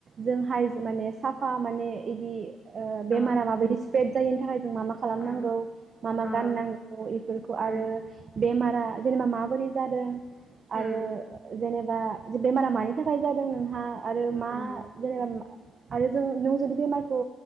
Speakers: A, on the right; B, on the left.
A: जोंहाय माने साफा माने इदि ओ बेमारा
B: अ
A: माबायदि स्प्रेड जायैनि थाखाय जों मा मा खालामनांगौ
B: अ
A: मा मा
B: अ
A: गाननांगौ इफोरखौ
B: उम
A: आरो बेमारा जेनेबा माबोरै जादों।
B: उम
A: आरो जेनेबा बा बेमारा मानि थाखाय जादों नोंहा, आरो
B: उम
A: मा जेनेबा आरो जों नों जुदि बेमारखौ